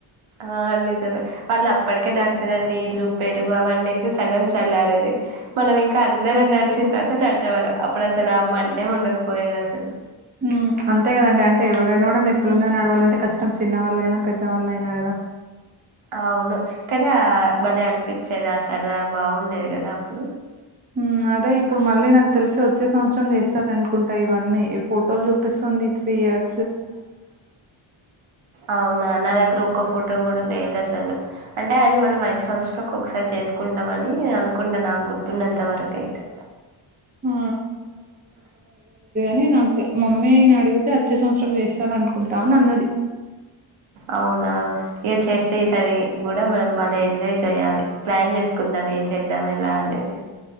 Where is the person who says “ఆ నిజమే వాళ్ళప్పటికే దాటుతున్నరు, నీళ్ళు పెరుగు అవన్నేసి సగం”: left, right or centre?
Right